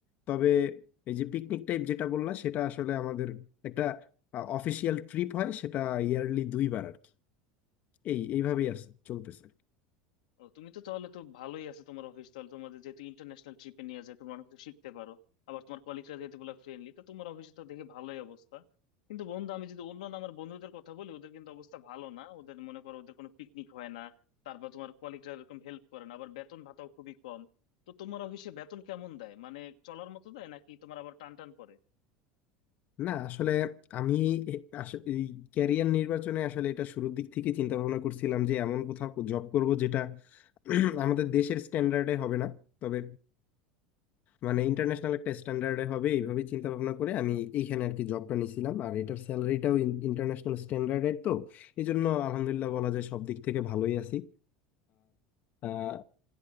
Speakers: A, on the left (about 50°); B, on the left (about 75°).
A: তবে এই যে পিকনিক টাইপ যেটা বললা সেটা আসলে আমাদের একটা অফিসিয়াল ট্রিপ হয় সেটা ইয়ারলি দুইবার আর কি এই এইভাবেই আছে চলতেছে
B: ও তুমি তো তাহলে তো ভালোই আছে তোমার অফিস তাহলে তোমাদের যেহেতু ইন্টারন্যাশনাল ট্রিপে নিয়ে যায় তোমরা অনেক কিছু শিখতে পারো আবার তোমার কলিগরা যেহেতু বলে ফ্রেন্ডলি তো তোমার অফিসে তো দেখে ভালোই অবস্থা কিন্তু বন্ধু আমি যদি অন্য আমার বন্ধুদের কথা বলি ওদের কিন্তু অবস্থা ভালো না ওদের মনে করো ওদের কোনো পিকনিক হয় না তারপর তোমার কলিগরা এরকম হেল্প করে না আবার বেতন ভাতাও খুবই কম তো তোমার অফিসে বেতন কেমন দেয় মানে চলার মতো দেয় নাকি তোমার আবার টান টান পড়ে
A: না আসলে আমি এ- আস- এই ক্যারিয়ার নির্বাচনে আসলে এটা শুরুর দিক থেকে চিন্তা ভাবনা করছিলাম যে এমন কোথাও জব করব যেটা <clears throat> আমাদের দেশের স্ট্যান্ডার্ডে হবে না তবে মানে ইন্টারন্যাশনাল একটা স্ট্যান্ডার্ডে হবে এইভাবে চিন্তা ভাবনা করে আমি এইখানে আর কি জবটা নিয়েছিলাম আর এটার স্যালারিটাও ইন্টারন্যাশনাল স্ট্যান্ডার্ডের তো এই জন্য আলহামদুলিল্লাহ বলা যায় সব দিক থেকে ভালোই আছি আর